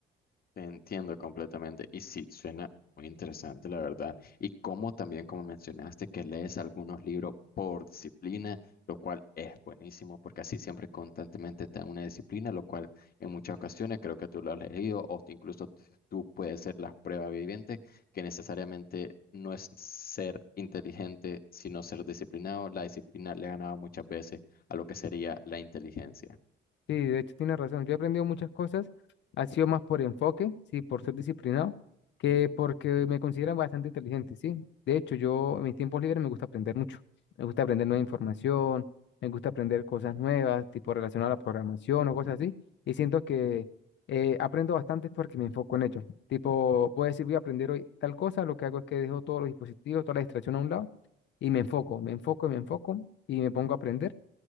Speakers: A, on the left; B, on the left.
A: Te entiendo completamente. Y sí, suena muy interesante, la verdad. Y como también, como mencionaste, que lees algunos libros por disciplina, lo cual es buenísimo, porque así siempre constantemente está una disciplina, lo cual en muchas ocasiones creo que tú lo has leído, o t- incluso t- tú puedes ser las pruebas vivientes, que necesariamente no es ser inteligente, sino ser disciplinado. La disciplina le ha ganado muchas veces a lo que sería la inteligencia.
B: Sí, de hecho tienes razón. Yo he aprendido muchas cosas. Ha sido más por enfoque, sí, por ser disciplinado, que porque me consideran bastante inteligente, sí. De hecho, yo en mis tiempos libres me gusta aprender mucho. Me gusta aprender nueva información, me gusta aprender cosas nuevas, tipo relacionadas a la programación o cosas así. Y siento que eh, aprendo bastante porque me enfoco en ello. Tipo, puedo decir, voy a aprender hoy tal cosa. Lo que hago es que dejo todos los dispositivos, toda la distracción a un lado y me enfoco, me enfoco y me enfoco y me pongo a aprender